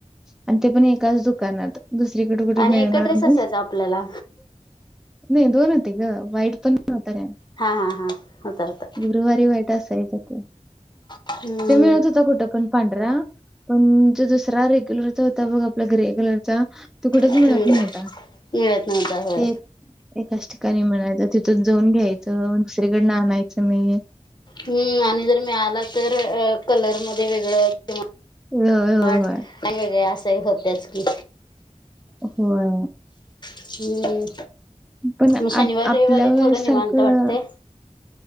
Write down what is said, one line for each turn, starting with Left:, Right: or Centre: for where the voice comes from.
Centre: आणि ते पण एकाच दुकानात. दुसरी कुडें कुठे
Left: आणि
Centre: मिळणार
Left: एक ड्रेस
Centre: नाही.
Left: असायचा आपल्याला
Centre: नाही दोन होते ग वाईट पण नव्हता काय?
Left: हा हा हा होता होता.
Centre: गुरुवारी वाईट असायच तो
Left: हम्म
Centre: ते मिळत होता कुठं पण पांढरा पण जो दुसरा रेग्युलरचा होता बघ आपला ग्रे कलरचा तो कुठच
Left: हम्म
Centre: मिळत नव्हता
Left: मिळत नव्हता होय
Centre: ते एकाच ठिकाणी म्हणायचं तिथून जाऊन घ्यायचं दुसरीकडनं आणायचं नाही.
Left: हम्म आणि जर मिळाला तर कलरमध्ये वेगळं
Centre: होय होय
Left: ट
Centre: होय
Left: वेगळे असही होत्याच की
Centre: होय.
Left: हम्म
Centre: पण
Left: मग
Centre: आ
Left: शनिवार
Centre: आपल्या
Left: रविवारी
Centre: वेळेसारखं
Left: थोड निवांत वाटतंय.